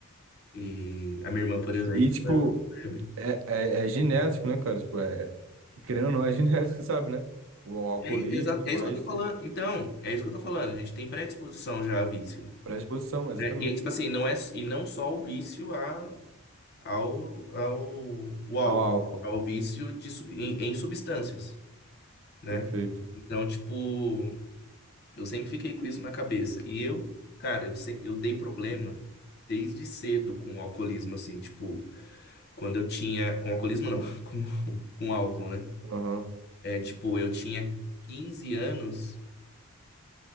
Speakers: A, on the left (about 45°); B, on the right (about 60°).
A: E a minha irmã, por exemplo,
B: E, tipo,
A: ela não bebe.
B: é, é, é genético, né, cara? Tipo, é, querendo ou não, é genético, <laughs> você sabe, né? O alcoolismo
A: É, i- exa-
B: e tudo
A: é
B: mais,
A: isso que eu tô falando.
B: cê-
A: Então, é isso que eu tô falando. A gente tem predisposição já a vício.
B: predisposição, exatamente.
A: Né? E é tipo assim, não é, e não só o vício a ao, ao, o álcool,
B: Ao álcool.
A: ao vício de, sub- em, em substâncias, né?
B: Perfeito.
A: Então, tipo, eu sempre fiquei com isso na cabeça. E eu, cara, eu, se- eu dei problema desde cedo com o alcoolismo, assim, tipo, quando eu tinha. Com alcoolismo não, <laughs> com, com álcool, né?
B: Aham.
A: É, tipo, eu tinha 15 anos.